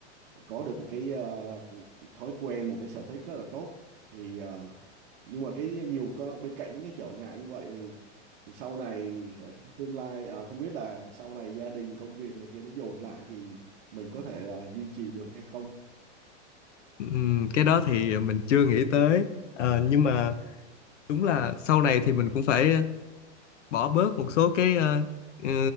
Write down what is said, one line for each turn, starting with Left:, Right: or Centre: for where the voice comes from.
Right: có được một cái à, thói quen một cái sở thích rất là tốt thì à, nhưng mà cái nhiều có bên cạnh những cái trở ngại như vậy thì thì sau này à, trong tương lai à, không biết là sau này gia đình công việc này kia nó dồn lại thì mình có thể là duy trì được hay không
Left: ừm, cái đó thì mình chưa nghĩ tới Ờ, nhưng mà đúng là sau này thì mình cũng phải ờ, bỏ bớt một số cái ờ, ừ,